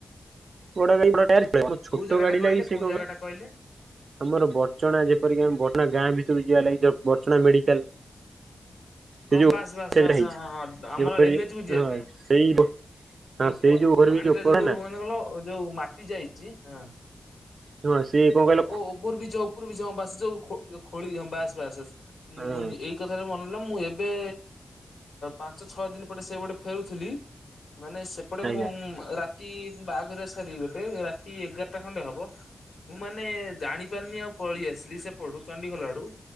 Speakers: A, on the right; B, on the left.
A: ବଡ ଗାଡି ବଡ଼ ଟାୟାର ପଲେଇବ ଆମ ଛୋଟ
B: ଜାଗା
A: ଗାଡି
B: ଟା କହିଲେ
A: ଲାଗି ସେ
B: କୋଉ
A: କଣ
B: ଜାଗା
A: <unintelligible>
B: ଟା କହିଲେ
A: ଆମର ବର୍ଚ୍ଚଣା ଯେପରିକି ଆମ ବର୍ଚ୍ଚଣା ଗାଁ ଭିତକୁ ଯିବା ଲାଗି ଯୋଉ ବର୍ଚ୍ଚଣା ମେଡିକାଲ ସେ
B: ହଁ
A: ଯୋଉ
B: ବାସ୍ ବାସ୍
A: ସେଇଟା
B: ବାସ୍
A: ହେଇଛି
B: ହଁ ହଁ ହଁ ଆମର
A: ଯେପରି
B: ଏନ୍ଏଚକୁୁ ଯିବା
A: ହଁ
B: ପାଇଁ
A: ସେଇ ରୋ- ହଁ
B: ଯୋଉ <unintelligible>
A: ସେଇ ଓଭର
B: ପାଣି
A: ବ୍ରିଜ୍ ଉପର
B: ଟା ଯୋଉ
A: ନା
B: କଣ କହିଲ ଯୋଉ ମାଟି ଯାଇଛି ହଁ
A: ହଁ ସିଏ କଣ କହିଲେ?
B: ଓ ଓଭର ବ୍ରିଜ୍ ଯୋଉ ଉପରକୁ ବ୍ରିଜ୍ ହଁ ବାସ ଯୋଉ ଖୋ ଯୋଉ ଖୋଳିକି‌ ହଁ ବାସ ବାସ <unintelligible>
A: ହଁ
B: ସେ କଥାରେ ମନେ ମୁଁ ଏବେ ପାଞ୍ଚ ଛଅ ଦିନ ପରେ ସେ ପଟେ ଫେରୁଥିଲି ମାନେ ସେପଟେ
A: ଆଜ୍ଞା
B: ମୁଁ ରାତି ବାହାଘର ସାରି ଗୋଟେ ରାତି ଏଗାରଟା ଖଣ୍ଡେ ହବ ମୁଁ ମାନେ ଜାଣି ପାରିନି ଆଉ ପଳେଇ ଆସିଲି ସେପଟୁ ଚଣ୍ଡିଖୋଲ ଆଡୁ।